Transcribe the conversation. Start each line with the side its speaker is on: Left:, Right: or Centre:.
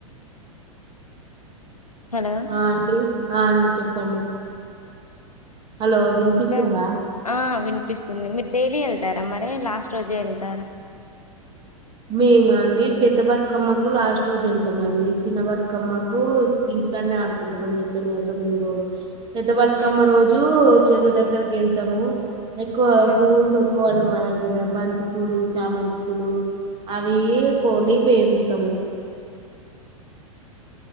Left: హలో!
Right: ఆ అండి ఆ అండి చెప్పండి హలో వినిపిస్తుందా
Left: ఇ ఆ విను కనిపిస్తుంది మీరు డైలీ వెళ్తారా మరి లాస్ట్ రోజే వెళ్తారా
Right: మేమా అండి పెద్ద బతుకమ్మకు లాస్ట్ రోజు వెళ్తామ అండి చిన్న బతుకమ్మకు ఇంటనే ఆడుకుంటామని చెప్పాను తొమ్మిది రోజులు పెద్ద బతుకమ్మ
Left: ఆ!
Right: రోజు చెరువు దగ్గరకి వెళ్తాము ఎక్కువ
Left: ఆ!
Right: పూవులు దొరకవండి మా దగ్గర బంతి పూలు చామంతి పూలు అవి కొని పేరుసాము